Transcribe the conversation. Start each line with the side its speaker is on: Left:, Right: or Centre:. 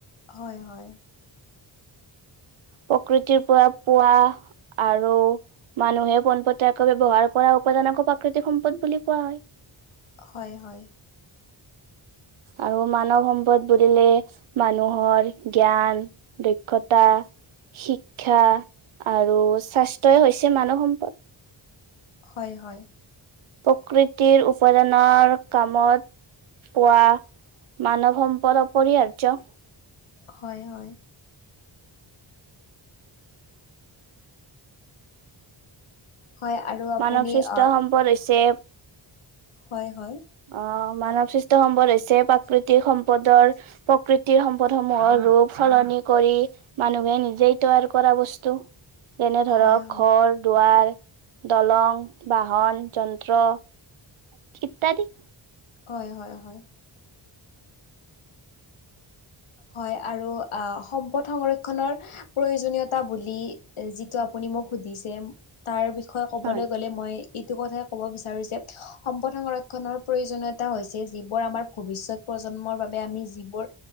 Left: হয়, হয়।
Right: প্ৰকৃতিৰ পৰা পোৱা। আৰু মানুহে পোনপটীয়াকৈ ব্যৱহাৰ কৰা উপাদানকো প্ৰাকৃতিক সম্পদ বুলি কোৱা হয়।
Left: হয়, হয়।
Right: আৰু মানৱ সম্পদ বুলিলে মানুহৰ, জ্ঞান। দক্ষতা, শিক্ষা আৰু স্বাস্থ্যই হৈছে মানৱ সম্পদ।
Left: হয়, হয়।
Right: প্ৰকৃতিৰ উপাদানৰ কামত, পোৱা, মানৱ সম্পদ পৰিহাৰ্য।
Left: হয়, হয়। হয় আৰু আপুনি
Right: মানৱ স্বাস্থ্য
Left: আহ
Right: সম্পদ হৈছে।
Left: হয়, হয়।
Right: অ, মানৱ সৃষ্ট সম্পদ হৈছে, প্ৰাকৃতিক সম্পদৰ প্ৰকৃতিৰ সম্পদ সমূহৰ, ৰূপ সলনি কৰি মানুহে নিজেই তৈয়াৰ কৰা বস্তু যেনে, ধৰক
Left: হয় হয়
Right: ঘৰ-দুৱাৰ। দলং, বাহন, যন্ত্ৰ ইত্যাদি।
Left: হয়, হয়, হয়। হয়, আৰু সম্পদ সংৰক্ষণৰ প্ৰয়োজনীয়তা বুলি যিটো, আপুনি মোক সুধিছে। তাৰ বিষয়ে ক'বলৈ
Right: হয়
Left: গ'লে মই এইটো কথাই ক'ব বিচাৰো যে, সম্পদ সংৰক্ষণৰ প্ৰয়োজনীয়তা হৈছে যিবোৰ আমাৰ ভৱিষ্যত, প্ৰজন্মৰ বাবে আমি যিবোৰ,